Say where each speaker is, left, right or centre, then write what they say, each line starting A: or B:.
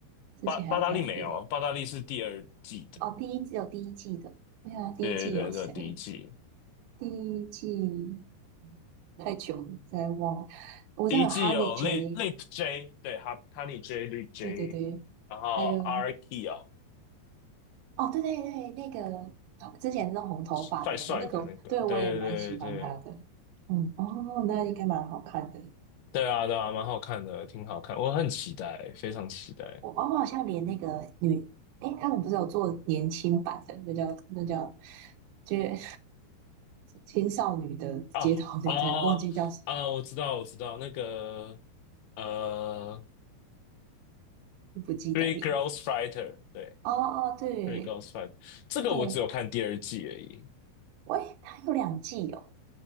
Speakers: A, on the right (about 85°); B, on the left (about 80°).
A: 之前还有谁里
B: 巴巴达利没有，巴达利是第二季的，
A: 哦，第一季有第一季的，对啊，第一季有谁？
B: 对对对，这第一季，
A: 第一季太久了，再忘了，我知道有哈尼
B: 第一季有
A: J，
B: Lip Lip J，对，哈哈尼 J Lip J，
A: 对对对，
B: 然后
A: 还有
B: R K 哦，
A: 哦，对对对，那个哦之前弄红头发的那个，
B: 帅帅的那个，
A: 那个对我也蛮喜欢她的。
B: 对对对对
A: 嗯，哦，那应该蛮好看的。
B: 对啊对啊，蛮好看的，挺好看，我很期待，非常期待。
A: 我哦我好像连那个女，诶，他们不是有做年轻版的，那叫那叫，就是 <laughs> 青少女的街头女战士，
B: 啊啊
A: 忘记叫什
B: 啊！我知道，我知道，那个呃，
A: 么，不记得名字。
B: 《Three Girls Fighter》对，
A: 哦哦，对
B: 《Three Girls Fighter》这个我只有看第二季而已，
A: 对，喂，它有两季哦，